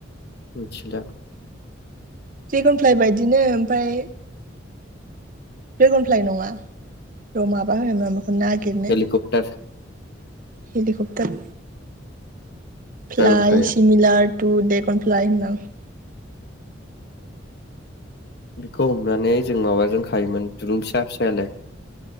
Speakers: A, on the left; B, on the right.
A: मिथिला
B: ड्रेगनफ्लाइ बायदिनो ओमफ्राय ड्रेगनफ्लाइ नङा र माबा होन बेखौ नागिरनो
A: हेलिकप्टार
B: हेलिकप्टार फ्लाय
A: ड्रागन फ्लाइआ
B: सिमलार थु देखौन फ्लाय होननां
A: बेखौ हमनानै जों माबाजों खायोमोन दुरुं फिसा फिसायालाय